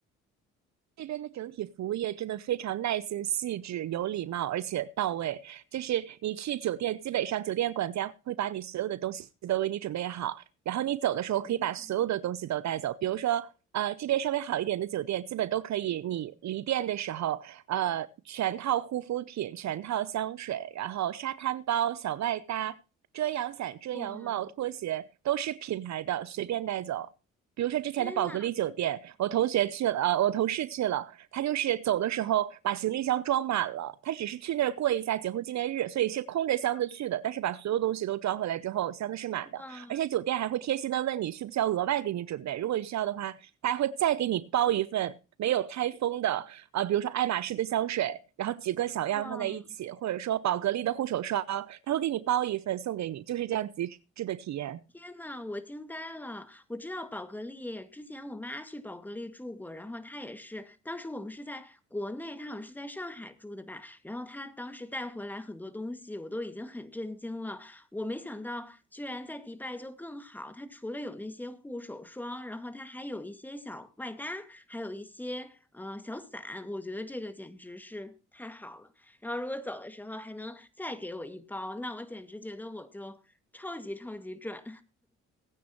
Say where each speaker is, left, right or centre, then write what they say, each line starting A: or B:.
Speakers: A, on the right; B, in the centre.
A: 这边的整体服务业真的非常耐心、细致、有礼貌，而且到位。就是你去酒店，基本上酒店管家会把你所有的东西都为你准备好，然后你走的时候可以把所有的东西都带走。
B: 嗯
A: 比如说，呃，这边稍微好一点的酒店，基本都可以，你离店的时候，呃，全套护肤品、全套香水，然后沙滩包、小外搭、遮阳伞、遮阳帽、
B: 哇，
A: 拖鞋都是品牌的，随便带走。比如说之前的宝格丽酒店，
B: 天呐，
A: 我同学去了，呃，我同事去了，他就是走的时候把行李箱装满了，他只是去那儿过一下结婚纪念日，所以是空着箱子去的，但是把所有东西都装回来之后，箱子是满的，
B: 哇
A: 而且酒店还会贴心的问你需不需要额外给你准备，如果你需要的话，他还会再给你包一份没有开封的，呃，比如说爱马仕的香水，然后几个小样放在一起，
B: 哇！
A: 或者说宝格丽的护手霜，他会给你包一份送给你，就是这样极致的体验。
B: 天呐，我惊呆了！我知道宝格丽，之前我妈去宝格丽住过，然后她也是，当时我们是在国内，她好像是在上海住的吧，然后她当时带回来很多东西，我都已经很震惊了。我没想到居然在迪拜就更好，它除了有那些护手霜，然后它还有一些小外搭，还有一些呃小伞，我觉得这个简直是太好了。然后如果走的时候还能再给我一包，那我简直觉得我就超级超级赚。